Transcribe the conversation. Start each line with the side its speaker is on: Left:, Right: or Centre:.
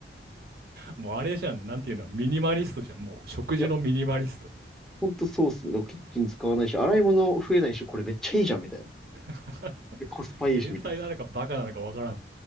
Right: もうあれじゃん、なんていうの、ミニマリストじゃん。もう食事のミニマリスト。
Centre: いや、本当そうっすね。キッチン使わないし、洗い物増えないし、これめっちゃいいじゃん、みたいな。
Right: <laughs>
Centre: でコスパいいし、
Right: 天才なのかバカなのかわからん。
Centre: みたいな。